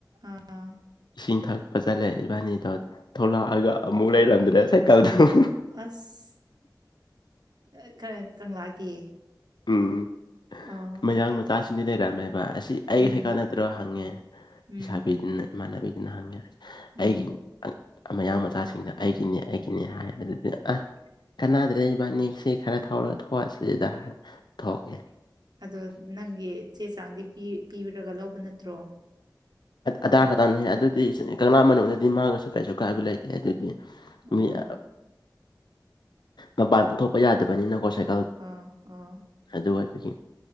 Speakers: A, on the right (about 65°); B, on the left (about 75°).
A: ꯑꯥ ꯑꯥ
B: ꯏꯁꯤꯡ ꯊꯛꯄ ꯆꯠꯂꯦ ꯏꯕꯥꯅꯤꯗꯣ ꯊꯣꯛꯂꯛꯑꯒ ꯑꯃꯨꯛ ꯂꯩꯔꯝꯗ꯭ꯔꯦ ꯁꯥꯏꯀꯜꯗꯣꯛ
A: ꯑꯁ ꯑ ꯀꯔꯥ ꯀꯪꯂꯥꯒꯤ
B: ꯎꯝ
A: ꯑꯣ
B: ꯃꯌꯥꯡ ꯃꯆꯥꯁꯤꯡꯗꯤ ꯂꯩꯔꯝꯃꯦꯕ ꯑꯁꯤ ꯑꯩ
A: ꯎꯝ
B: ꯁꯥꯏꯀꯜ ꯅꯠꯇ꯭ꯔꯣ ꯍꯪꯉꯦ
A: ꯎꯝ
B: ꯂꯩ ꯁꯥꯕꯤꯗꯨꯅ ꯏꯃꯥꯟꯅꯕꯤꯗꯨꯅ ꯍꯪꯉꯦ
A: ꯎꯝ
B: ꯑꯩꯒꯤ ꯃꯌꯥꯡ ꯃꯆꯥꯁꯤꯡꯗ ꯑꯩꯒꯤꯅꯦ ꯑꯩꯒꯤꯅꯦ ꯍꯥꯏ ꯑꯗꯨꯗꯤ ꯑ ꯀꯅꯥꯗ꯭ꯔꯦ ꯏꯕꯥꯟꯅꯤꯁꯤ ꯈꯔ ꯊꯧꯔꯒ ꯊꯣꯛꯑꯁꯤꯗ ꯊꯣꯛꯑꯦ
A: ꯑꯗꯣ ꯅꯪꯒꯤ ꯆꯦ ꯆꯥꯡꯗꯤ ꯄꯤ ꯄꯤꯕꯤꯔꯒ ꯂꯧꯕ ꯅꯠꯇ꯭ꯔꯣ
B: ꯑꯙꯥ ꯈꯛꯇꯪꯅ ꯍꯦ ꯑꯗꯨꯗꯤ ꯀꯪꯂꯥ ꯃꯅꯨꯡꯗꯗꯤ ꯃꯥꯡꯉꯁꯨ ꯀꯩꯁꯨ ꯀꯥꯏꯕ ꯂꯩꯇꯦ ꯑꯗꯨꯗꯤ
A: ꯑꯣ
B: ꯃꯥ ꯑ ꯃꯄꯥꯟ ꯄꯨꯊꯣꯛꯄ ꯌꯥꯗꯕꯅꯤꯅꯀꯣ ꯁꯥꯏ
A: ꯑꯥ ꯑꯥ
B: ꯑꯗꯨ ꯑꯣꯏꯕꯒꯤ